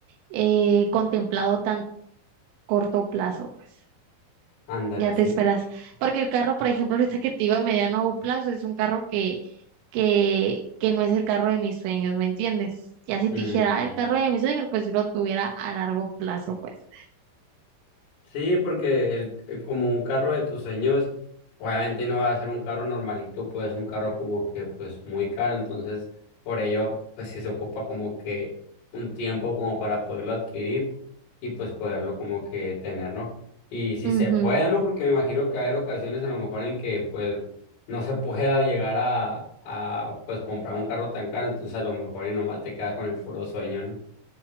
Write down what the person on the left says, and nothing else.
ándale
así.
Mm.
Sí, porque el, eh, como un carro de tus sueños, obviamente no va a ser un carro normalito, pues un carro como que pues muy caro, entonces por ello pues sí se ocupa como que un tiempo como para poderlo adquirir y pues poderlo como que tener, ¿no? Y si
se puede, ¿no? Porque me imagino que hay ocasiones a lo mejor en que pues no se <laughs> pueda llegar a, a pues comprar un carro tan caro, entonces a lo mejor y nomás te quedas con el puro sueño, ¿no?